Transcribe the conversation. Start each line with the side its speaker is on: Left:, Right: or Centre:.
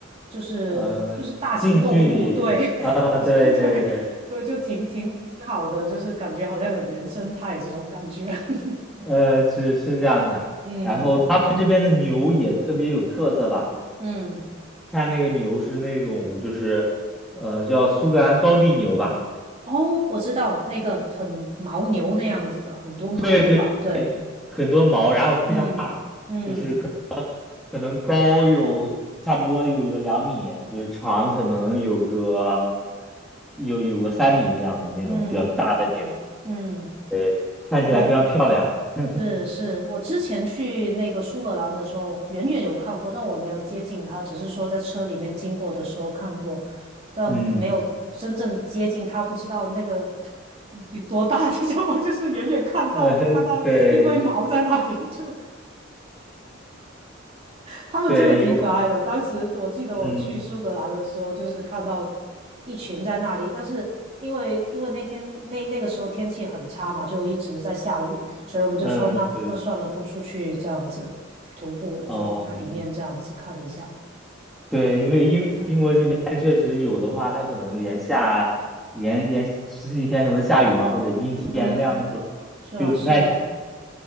Right: 就是就是大型动物，
Centre: 嗯、近距离，
Right: 对，
Centre: 呃，
Right: <laughs> 我觉得对，
Centre: 对对对，
Right: 对，就挺挺挺好的，就是感觉好像有原生态这种感觉。<laughs>
Centre: 呃，是是这样的。
Right: 嗯
Centre: 然后他们这边的牛也特别有特色吧，
Right: 嗯，
Centre: 看那个牛是那种就是，呃，叫苏格兰高地牛吧，
Right: 哦，我知道那个很牦牛那样子的，很多毛吧？
Centre: 对对，
Right: 对，
Centre: 很多毛，然后非常大，
Right: 嗯嗯
Centre: 就是可可能高有差不多有个两米，就是长可能有个有有个三米这样子那种比较大的牛，
Right: 嗯嗯嗯，嗯，
Centre: 对，看起来非常漂亮，
Right: 我、嗯
Centre: <laughs>
Right: 是是，我之前去那个苏格兰的时候，远远有看过，但我没有接近它，只是说在车里面经过的时候看过，但没有真正接近它，
Centre: 嗯。
Right: 不知道那个嗯有多大，你知道吗？<laughs> 就是远远看到，
Centre: <laughs> 呃，
Right: 我看到一堆毛在那里，
Centre: 对
Right: 就他们真的挺可爱的。
Centre: 对，因为
Right: 当时我记得我去苏格兰的时候，
Centre: 嗯
Right: 就是看到一群在那里，但是因为因为那天那那个时候天气很差嘛，就一直在下雨，所以我们就说那那算了，
Centre: 嗯对，
Right: 不出去这样子徒步了，
Centre: 嗯
Right: 就在里面这样子看一下。
Centre: 对，因为英英国这边确实有的话，
Right: 嗯，
Centre: 它可能连下连连十几天可能下雨嘛，或者阴天那样的时候
Right: 嗯，是啊，
Centre: 就不太
Right: 是啊，